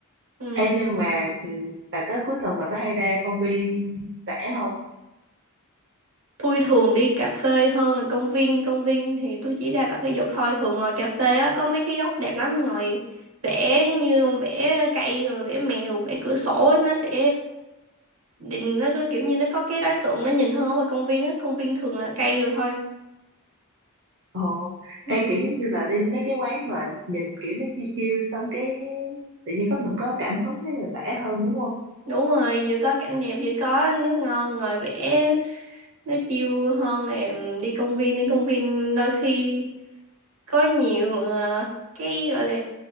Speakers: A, on the right; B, on the right.
A: Ừ.
B: Ê, nhưng mà ừ, bà có cuối tuần bà có hay ra công viên vẽ không
A: Tôi thường đi cà phê hơn là công viên, công viên thì tôi chỉ ra tập thể dục thôi. Thường ngồi cà phê á, có mấy cái góc đẹp lắm, ngồi vẽ giống như con vẽ cây rồi vẽ mèo, vẽ cửa sổ á, nó sẽ định nó có kiểu như nó có cái đối tượng nó nhìn hơn ở ngoài công viên á, công viên thường là cây rồi thôi.
B: Ồ,
A: Ừ.
B: ê, kiểu giống như là đi mấy cái quán mà nhìn kiểu nó chiêu chiêu xong cái tự nhiên có mình có cảm hứng để mình vẽ hơn đúng không?
A: Đúng rồi, vừa có cảnh đẹp vừa có nước ngon ngồi vẽ nó chill hơn là em đi công viên đi công viên đôi khi có nhiều ờ, cái gọi là